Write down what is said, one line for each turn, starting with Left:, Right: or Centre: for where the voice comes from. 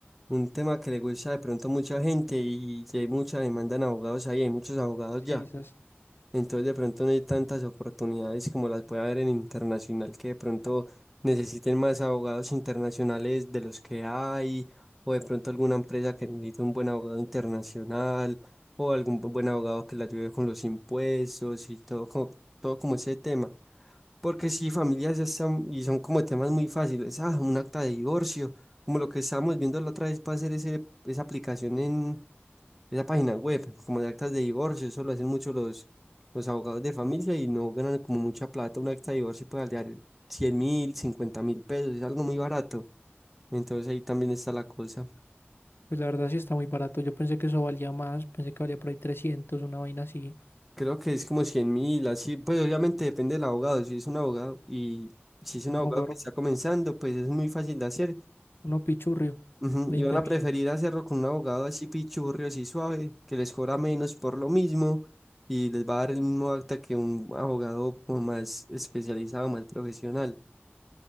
Centre: un tema que le gusta de pronto a mucha gente y hay mucha demanda en abogados ahí, hay muchos abogados
Left: Sí,
Centre: ya.
Left: esas.
Centre: Entonces de pronto no hay tantas oportunidades como las puede haber en internacional, que de pronto necesiten más abogados internacionales de los que hay, o de pronto alguna empresa que necesite un buen abogado internacional, o algún bu- buen abogado que le ayude con los impuestos y todo, co- todo como ese tema. Porque si familias ya están, y son como temas muy fáciles, ah, un acta de divorcio, como lo que estábamos viendo la otra vez para hacer ese, esa aplicación en esa página web, como de actas de divorcio, eso lo hacen mucho los, los abogados de familia y no ganan como mucha plata, un acta de divorcio puede valer cien mil, cincuenta mil pesos, es algo muy barato, entonces ahí también está la cosa.
Left: Pues la verdad sí está muy barato. Yo pensé que eso valía más. Pensé que valía por ahí 300, una vaina así.
Centre: Creo que es como cien mil, así, pues obviamente depende del abogado, si es un abogado y si es un abogado
Left: No, gorro.
Centre: que está comenzando, pues es muy fácil de hacer
Left: Uno pichurrio.
Centre: Ujú,
Left: 20.000.
Centre: Y van a preferir hacerlo con un abogado así pichurrio, así suave, que les cobra menos por lo mismo y les va a dar el mismo acta que un abogado como más especializado, más profesional.